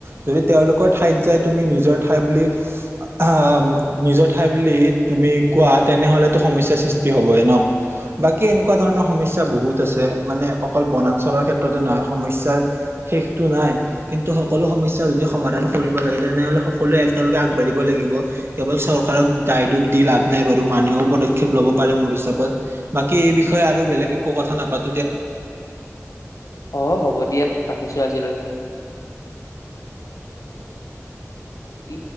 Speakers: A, on the right; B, on the left.
A: যদি তেওঁলোকৰ ঠাইত যাই তুমি নিজৰ ঠাই বুলি অ' নিজৰ ঠাই বুলি তুমি কোৱা তেনেহ'লেতো সমস্যা সৃষ্টি হবই ন, বাকী এনেকুৱা ধৰণৰ সমস্যা বহুত আছে মানে অকল বনাঞ্চলৰ ক্ষেত্ৰতে নহয় সমস্যাৰ শেষতো নাই, কিন্তু সকলো সমস্যা যদি সমাধান কৰিব লাগে তেনেহ'লে সকলোৱে একেলগে আগবাঢ়িব লাগিব কেৱল চৰকাৰক দায় দুষ দি লাভ নাই বৰ্ত মানুহও পদক্ষেপ ল'ব পাৰে মোৰ হিচাপত, বাকী এই বিষয়ে আৰু বেলেগ একো কথা নাপাত
B: অ' হ'ব দিয়া ৰাখিছোঁ আজিলৈ। কি